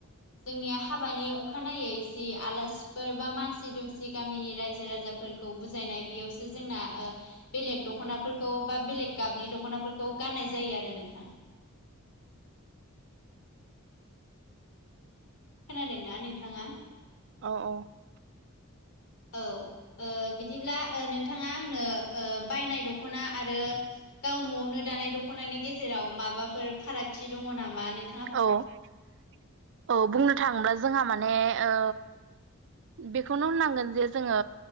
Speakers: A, on the left; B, on the right.
A: जोंनिया हाबानि अखानायै जि आलासिफोर बा मानसि दुमसि गामिनि रायजो राजा फोरखौ बुजायनाय बेयावसो जोंना ओ बेलेक दखनाफोर खौ बा बेलेग गाबनि दख नाफोरखौ गाननाय जायो आरो नोंथां । खोनादोंना नोंथाङा औ
B: औ औ
A: । ओ बिदिब्ला ओ नोंथाङा आंनो ओ बायनाय दख ना आरो । गाव न आवनो दानाय दख‌नानि गेजेराव माबाफोर फारागथि दङ नामा नों
B: औ-औ बुंनो थाङोब्ला जोंहा माने ओ बेखौनो होननांगोन जे जोङो